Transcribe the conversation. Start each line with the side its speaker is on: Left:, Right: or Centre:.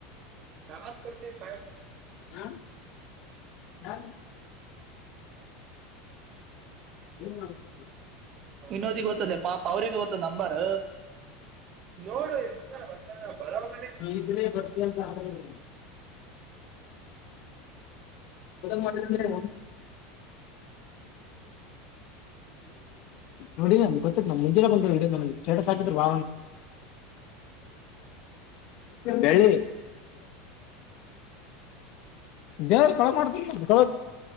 Right: ಕಸ್ ಕೊಡ್ತ ಕ
Left: ಹ್ಮ ಹ ಮಾಡತ
Right: ಇನ್ನೋದಿಗೆ ಗೊತ್ತದೆ ಪಾಪ ಅವ್ರಗ ಗೊತ್ತದ ನಂಬರ್ ನೋಡು ಇ ಬರೋಬ
Left: ನೀ ಇದ್ರೆ ಬರ್ತೀಯ ಅಂತ ಮಾಡೇವ್ರಡ ನೋಡಿ ನ ಗೊತ್ತ ನ್ ಮುಂಜೆ ಬಂದ ಸ್ಟೇಟಸ್ ಹಾಕಿದ್ರ ಬ ಬೆಳೆ ದವ ಮಾಡ್ದುಡ್